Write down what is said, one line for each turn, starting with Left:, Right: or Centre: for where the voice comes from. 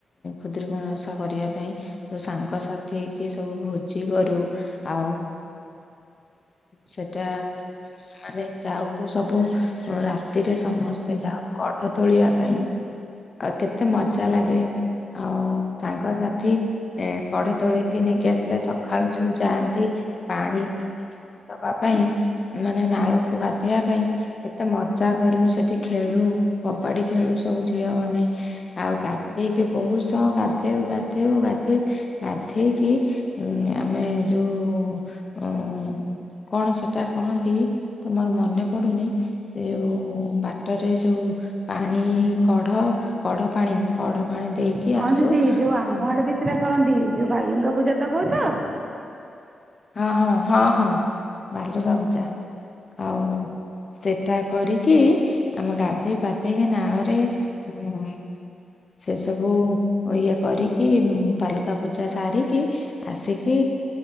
Left: ଖୁଦୁରୁକୁଣୀ ଓଷା କରିବା ପାଇଁ ଯୋଉ ସାଙ୍ଗସାଥି ଏସବୁ ଭୋଜି କରୁ ଆଉ ସେଟା ମାନେ ଯାଉକୁ ସବୁ ରାତିରେ ସମ ସ୍ତେ ଯାଉ କଢ ତୋଳିବା ପାଇଁ ଆଉ କେତେ ମଜା ଲାଗେ ଆଉ ସାଙ୍ଗସାଥି ଏ କଢ ତୋଳିକି ନେଇକି ଆସିଲେ ସଖାଳୁ ଯୋଉ ଯାଆନ୍ତି ପାଣି ଦବା ପାଇଁ ମାନେ ନାଳକୁ ଗାଧେଇବା ପାଇଁ କେତେ ମଜା କରୁ ସେ ଠି ଖେଳୁ, କବାଡି ଖେଳୁ ସବୁ ଝିଅ ମାନେ। ଆଉ ଗାଧେଇକି ବହୁତ ସମୟ ଗାଧେ ଧେଇବୁ ଗାଧେଇବୁ ଗାଧେଇ ଗାଧେଇକି ଆମେ ଯୋଉ ଉମ୍
Right: ହ <inaudible>
Left: କଣ ସେଟା କହନ୍ତି ତମର ମନେ ପଡୁନି ସେ ଯୋଉ ବା ଟରେ ଯୋଉ ପାଣି କଢ କଢପାଣି କଢ ପାଣି ଦେଇକି
Right: ହଁ
Left: ଆସୁ
Right: ଦିଦି ଯୋଉ ଆମ
Left: ହଁ
Right: ଆଡେ ବି ସେଟା କରନ୍ତି ଯୋଉ ବାଲୁଙ୍ଗା ପୂଜା ତ କହୁଛ?
Left: ହଁ ହଁ ହଁ ହଁ ବାଲୁକା ପୂଜା ଆଉ ସେଟା କରିକି ଆମେ ଗାଧେଇ ପାଧେଇକି ନାଳରେ ଉମ୍ ସେ ସବୁ ଇଏ କରିକି ବାଲୁକା ପୂଜା ସାରିକି ଆସିକି